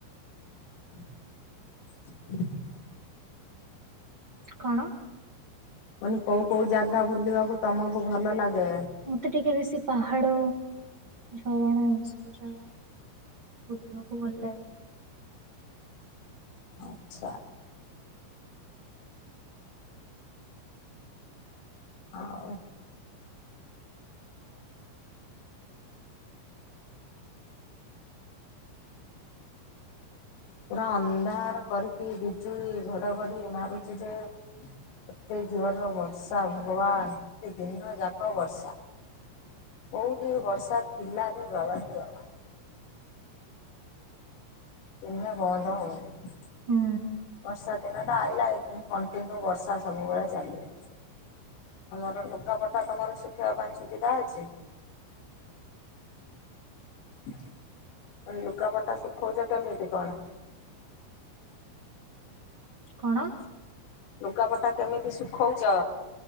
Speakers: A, on the left (about 75°); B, on the right (about 70°).
A: <inaudible>
B: କଣ?
A: କହିଲି କୋଉ କୋଉ ଜାଗା ବୁଲିବାକୁ ତମକୁ ଭଲ ଲାଗେ?
B: ମତେ ଟିକେ ବେଶୀ ପାହାଡ ଝରଣା ଏସବୁ ଜାଗା ବୁଲିବାକୁ ଭଲ ଲାଗେ।
A: ଆଚ୍ଛା। ଆଉ ପୁରା ଅନ୍ଧାର କରିକି ବିଜୁଳି ଘଡଘଡି ମାରୁଚି ଯେ ଏତେ ଜୋର୍ ରେ ବର୍ଷା ଭଗବାନ, ଦିନ ଯାକ ବର୍ଷା। କୋଉଠି ବର୍ଷା ଥିଲା ରେ ବାବା ରେ ବାବା। ଦିନେ ବନ୍ଦ ହଉନି।
B: ହୁଁ।
A: ବର୍ଷା ଦିନ ଟା ଆଇଲା ଏଇଦିନୁ କଣ୍ଟିନ୍ୟୁ ବର୍ଷା ସବୁବେଳେ ଚାଲିବ। ଭଲର ଲୁଗା ପଟା ତମର ଶୁଖେଇବା ପାଇଁ ସୁବିଧା ଅଛି? କହିଲି ଲୁଗାପଟା ଶୁଖଉଚ କେମିତି କଣ?
B: କଣ?
A: ଲୁଗାପଟା କେମିତି ଶୁଖଉଚ?